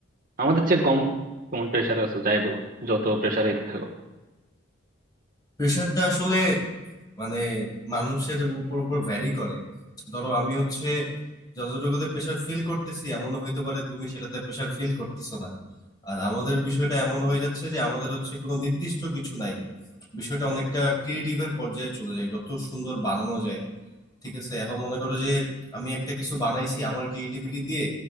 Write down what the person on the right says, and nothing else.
আমাদের চেয়ে কম তোমার প্রেসার আছো যাই বলো যত প্রেসারেই থাকো